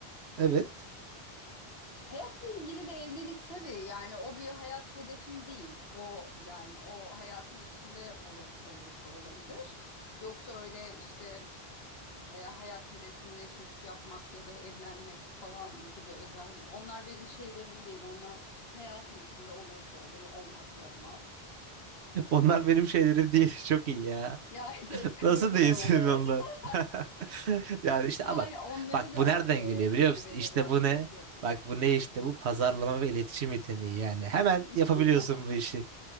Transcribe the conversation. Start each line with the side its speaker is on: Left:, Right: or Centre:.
Right: evet.
Left: Hayatla ilgili de evlilik tabii yani o bir hayat hedefim değil. O yani o hayatın içinde olur, olursa olabilir. Yoksa öyle işte e, hayat hedefimde çocuk yapmak ya da evlenmek falan gibi özel. Onlar benim şeylerim değil. Onlar hayatın içinde olursa olur, olmazsa olmaz.
Right: <laughs> Onlar
Left: Ee,
Right: benim şeylerim değil. <laughs> Çok iyi ya.
Left: ya <laughs> evet, kıvırdım
Right: Nasıl değilsin
Left: hemen evet.
Right: ondan?
Left: <laughs>
Right: <laughs> Yani işte
Left: Yani
Right: a bak
Left: onları
Right: bak
Left: da
Right: bu nereden
Left: e,
Right: geliyor biliyor
Left: zirvede
Right: musun? İşte
Left: bıraktım
Right: bu ne?
Left: biliyorsun.
Right: Bak bu ne işte
Left: Hı
Right: bu pazarlama ve iletişim yeteneği yani. Hemen
Left: hı.
Right: yapabiliyorsun bu işi.